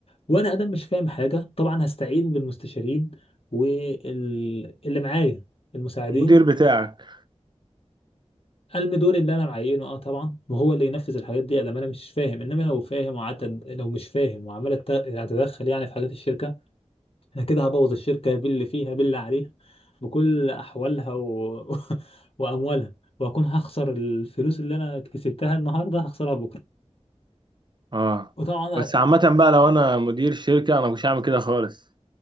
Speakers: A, on the left; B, on the right.
A: وانا ادم مش فاهم حاجة طبعا هستعين بالمستشارين واللي معايا المساعدين
B: المدير بتاعك
A: المي دوري اللي انا معينه اه طبعا وهو اللي ينفذ الحاجات دي ادام انا مش فاهم انما لو فاهم وقعدت لو مش فاهم وعمال أت- اتدخل يعني في حاجات الشركه انا كده هبوظ الشركه باللي فيها باللي عليها بكل احوالها و... <laughs> واموالها واكون هخسر الفلوس اللي انا كسبتها النهارده هخسرها بكره
B: اه
A: وطبعا
B: بس عامه بقى لو انا مدير شركه انا مش هعمل كده خالص